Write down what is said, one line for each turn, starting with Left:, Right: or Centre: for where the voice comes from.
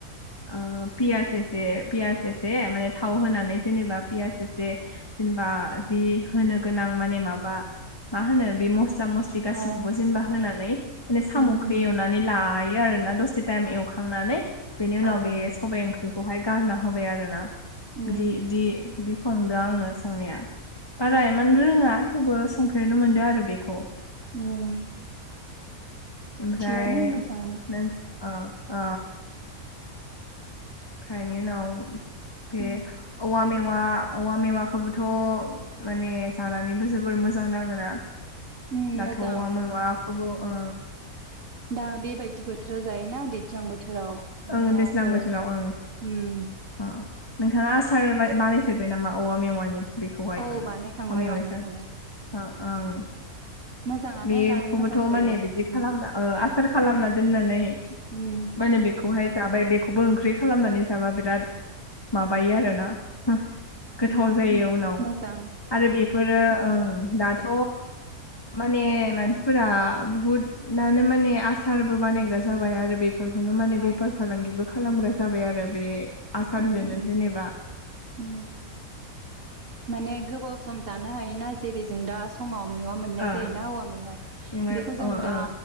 Left: ओ फियास एसे फियास एसे माने थाव होनानै जेनेबा फियास एसे जेनबा जि होनो गोनां माने माबा मा होनो बे मस सा मस्लि गासिखौबो
Right: ओं
Left: जेनेबा होनानै माने साम'खो
Right: ओं
Left: एवनानै लायो आरोना। दसे टायम एवखांनानै बेनि उनाव
Right: ओं
Left: बे
Right: ओं
Left: सबाय ओंख्रिखौहाय गारना होबाय आरो ना।
Right: उम
Left: बिदि बिदि बि संदों आङो संनाया बारा एमान रोङा थेवबो संफेरनो मोनदो आरो बेखौ।
Right: उम
Left: उम ओमफ्राय
Right: थिगानो मोजाङानो
Left: नों ओ ओ खायनि उनाव बे
Right: उम
Left: औवा मेवा औवा मेवाखौबोथ' माने जानानैबो जोबोर मोजां नाङोना।
Right: उम
Left: दाथ'
Right: मोजां
Left: औवा मेवाखौबो
Right: उम
Left: ओ
Right: दा बेबायदि बोथोराव जायोना दैज्लां बोथोराव मेवाफोर
Left: ओं दैज्लां बोथोराव ओं
Right: उम
Left: अ' नोंथाङा आसार
Right: था
Left: बाय बानाय फेरबाय नामा औवा मेवानि बेखौहाय
Right: औ
Left: औवा
Right: बानायखांबाय
Left: मेवाइखो
Right: बानायखांबाय
Left: ओ ओं
Right: मोजाङानो
Left: बेफोखौबोथ'
Right: जानो मोजां जायो
Left: माने बिदि
Right: उम
Left: खालामना ओ आसार खालामना दोननानै
Right: उम
Left: माने बे खौहाय जाबाय बेखौबो ओंख्रि खालामनानै जाबा बिराद माबायो आरोना। हो गोथाव
Right: उम
Left: जायो उनाव
Right: मोजां
Left: आरो बेफोरो
Right: मोजां
Left: ओ दाथ' माने मानसिफोरा बुहुद नानो माने आसारबो बानायग्रा जाबाय। आरो बेफ फोरखौनो माने
Right: आ
Left: बेफार फालांगिबो खालामग्रा जाबाय आरो बे आसारजोंनो
Right: उम उम
Left: जेनेबा
Right: उम माने गोबाव सम जानो हायोना। जेरै जों दा समाव मेवा मोननाय
Left: ओ
Right: जायोना औवा मेवाय
Left: ओ
Right: बेखौ जों
Left: ओ
Right: दा